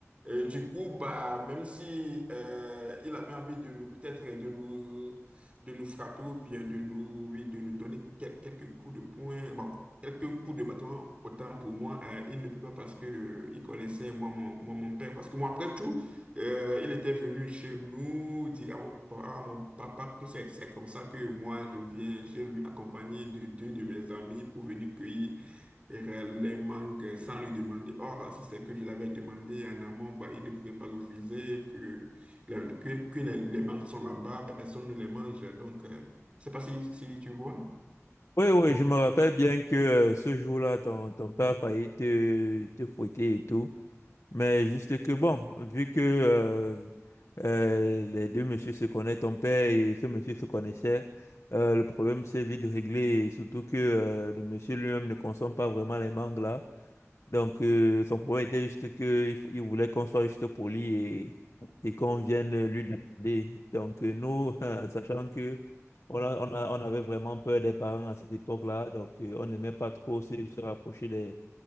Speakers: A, on the right; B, on the left.
A: Et du coup, bah, même si euh, il avait envie de nous, peut-être de nous, de nous frapper ou bien de nous, oui, de nous donner quel- quelques coups de poing, bon, quelques coups de bâton, autant pour moi, euh, il ne peut pas parce que euh, il connaissait moi mon, moi, mon père. Parce que moi, après tout, euh, il était venu chez nous dire à mon, pa- à mon papa que c'est c'est comme ça que moi je viens chez lui accompagné de deux de mes amis pour venir cueillir et euh, les mangues sans lui demander. Or, si c'est que je l'avais demandé en amont, bah, il ne pouvait pas refuser que, le- que, que les, les mangues sont là-bas, personne ne les mange. Donc, euh, je pas si, si tu vois.
B: Oui, oui, je me rappelle bien que euh, ce jour-là, ton, ton père a failli te, te fouetter et tout. Mais juste que bon, vu que euh, euh, les deux messieurs se connaissent, ton père et ce monsieur se connaissaient, euh, le problème s'est vite réglé. Et surtout que euh, le monsieur lui-même ne consomme pas vraiment les mangues là. Donc, euh, son problème était juste qu'il il voulait qu'on soit juste poli et, et qu'on vienne lui demander. Donc, euh, nous, <laughs> en sachant que on a- on a- on avait vraiment peur des parents à cette époque-là, donc euh, on n'aimait pas trop se, se rapprocher des,